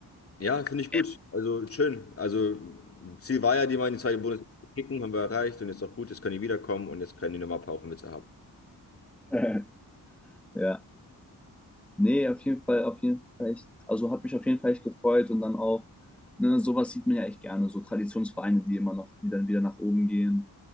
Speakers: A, on the left (about 35°); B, in the centre.
A: Ja, finde ich gut.
B: Ja,
A: Also, schön. Also, Ziel war ja, die mal in die zweite Bundesliga zu kicken, haben wir erreicht. Und jetzt noch gut, jetzt können die wiederkommen und jetzt können die nochmal ein paar auf haben.
B: <laughs> Ja. nee, auf jeden Fall, auf jeden Fall echt. Also hat mich auf jeden Fall echt gefreut und dann auch, ne, sowas sieht man ja echt gerne, so Traditionsvereine, die immer noch, die dann wieder nach oben gehen.